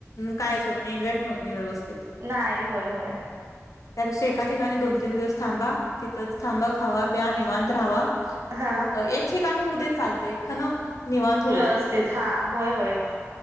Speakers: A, on the left; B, on the right.
A: कायच होत नाही एन्जॉय पण होत नाही व्यवस्थित.
B: नाही होय होय.
A: त्यापेक्षा एका ठिकाणी दोन, तीन दिवस थांबा. तिथंच थांबा खावा, प्या निवांत राहावा.
B: हां.
A: अ एक ठिकाणं हुद्ये चालतंय खणं निवांत होऊ
B: व्यवस्थित
A: दे
B: हा होय होय
A: हा